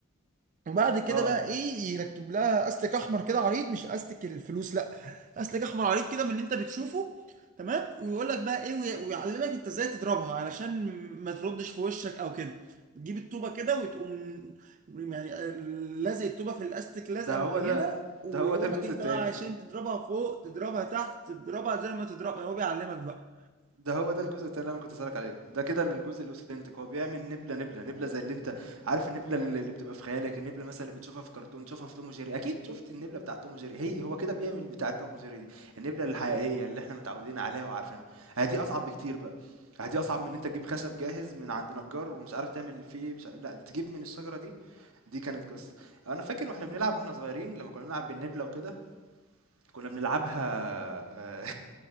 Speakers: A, on the right (about 40°); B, on the right (about 80°).
A: وبعد كده
B: اه
A: بقى
B: أنا
A: ايه يركب لها استك احمر كده عريض مش استك الفلوس لا استك احمر عريض كده من اللي انت بتشوفه تمام ويقول لك بقى ايه وي- ويعلمك انت ازاي تضربها علشان ما تردش في وشك او كده تجيب الطوبه كده وتقوم يعني لازق الطوبه في الاستك لازقه
B: ده
A: معينه
B: هو ده
A: ويقول
B: ده هو ده الجزء
A: لك انت
B: التاني
A: بقى عشان تضربها فوق تضربها تحت تضربها زي ما تضربها هو بيعلمك بقى
B: ده هو ده الجزء التاني اللي انا كنت اسالك عليه ده كده الجزء الاوثنتيك هو بيعمل نبله نبله نبله زي اللي انت عارف النبله اللي اللي بتبقى في خيالك النبله مثلا اللي بتشوفها في كرتون تشوفها في توم وجيري اكيد شفت النبله بتاعه توم وجيري هي هو كده بيعمل بتاعه توم وجيري دي النبله الحقيقيه اللي احنا متعودين عليها وعارفينها آه دي اصعب بكتير بقى آه دي اصعب من ان انت تجيب خشب جاهز من عند نجار ومش عارف تعمل فيه ايه مش عارف. لا تجيب من الشجره دي دي كانت قصه انا فاكر واحنا بنلعب واحنا صغيرين لما كنا بنلعب بالنبله وكده كنا بنلعبها <laughs> آه،